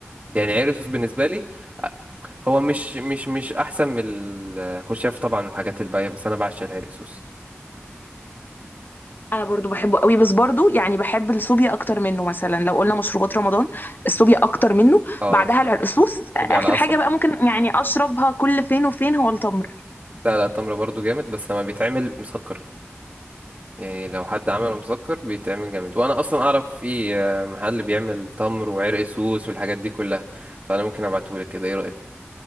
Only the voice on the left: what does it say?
انا برضو بحبه قوي بس برضو يعني بحب السوبيا اكتر منه مثلا لو قلنا مشروبات رمضان السوبيا اكتر منه
بعدها
العرقسوس
اخر
حاجه بقى ممكن يعني اشربها كل فين وفين هو التمر